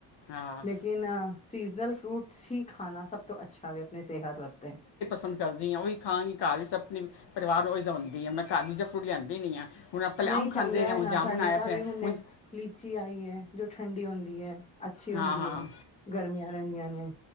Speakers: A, on the left; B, on the left.
A: ਹਾਂ
B: ਲੇਕਿਨ ਅ ਸੀਜਨਲ ਫਰੂਟਸ ਹੀ ਖਾਣਾ ਸਭ ਤੋਂ ਅੱਛਾ ਵੇ ਆਪਣੀ ਸਿਹਤ ਵਾਸਤੇ
A: ਸੰਦ ਕਰਦੀ ਹਾਂ ਉਹੀ ਖਾਂਗੀ ਘਰ ਵੀ ਆਪਣੇ ਪਰਿਵਾਰ ਹੋ ਦਾਉਂਦੀ ਆ ਘਰ ਵੀ ਦੂਜਾ ਫਰੂਟ ਲਿਆਂਦੀ ਨਹੀਂ ਆ ਹੁਣ ਪਹਿਲੇ
B: ਨਹੀਂ
A: ਆਮ
B: ਚੰਗਾ
A: ਖਾਂਦੇ ਰਹੇ
B: ਹੈ
A: ਹੁਣ
B: ਨਾ
A: ਜਾਮੁਣ
B: ਸਾਡੇ
A: ਆਇਆ
B: ਘਰ
A: ਪਿਆ
B: ਵੀ ਹੁਣੇ
A: ਹੁਣ
B: ਲੀਚੀ ਆਈ ਐ ਜੋ ਠੰਡੀ ਹੁੰਦੀ ਹੈ ਅੱਛੀ
A: ਹਾਂ
B: ਹੁੰਦੀ
A: ਹਾਂ
B: ਐ ਗਰਮੀਆਂ ਰਹਿੰਦੀਆਂ ਨੇ